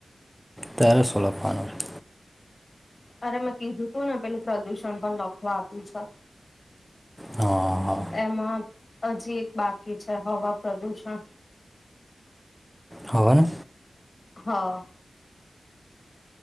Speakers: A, in the centre; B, on the left (about 35°).
A: તેર સો લ પાાનવું
B: અરે મેં કીધું તું ને પેલું પ્રદુષણ પણ લખવા આપ્યું છે
A: હા હા
B: એમાં હજી એક બાકી છે હવા પ્રદુષણ
A: હવને
B: હા